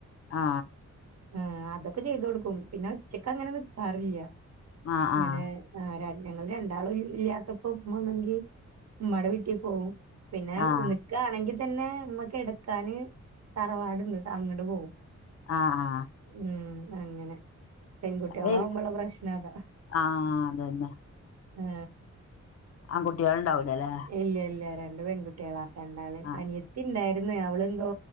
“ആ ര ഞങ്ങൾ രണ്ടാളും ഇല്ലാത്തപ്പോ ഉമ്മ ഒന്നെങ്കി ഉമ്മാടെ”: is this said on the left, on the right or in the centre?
Right